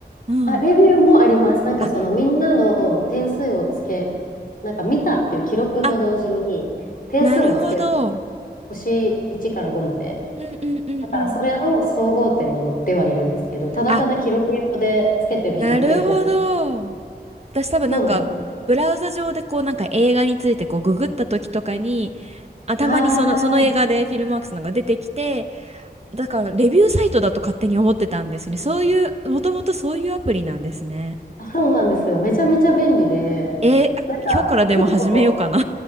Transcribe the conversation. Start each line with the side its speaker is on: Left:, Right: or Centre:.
Right: うん。
Left: あ、レビューもあります。なんかそのみんなの点数をつけ、
Right: あ、
Left: なんか見たっていう記録と同時に、
Right: あ、
Left: 点数もつける。
Right: なるほど。うん
Left: 星1から5まで。
Right: うんうんうん。
Left: だからそれの総合点も載ってはいるんですけど、ただただ記録用でつけてる人も結構、
Right: あ、なるほど。私多分なんか、
Left: そうなんです。
Right: ブラウザ上でこうなんか映画についてこうググった時とかに、あ、たまにその、
Left: あ
Right: その映画でフィルマークスなんか出てきて、
Left: ー
Right: だからレビューサイトだと勝手に思ってたんですね。そういう、もともとそういうアプリなんですね。
Left: あ、そうなんですよ。めちゃめちゃ便利で、
Right: えー今日からでも始めようかな
Left: 結構、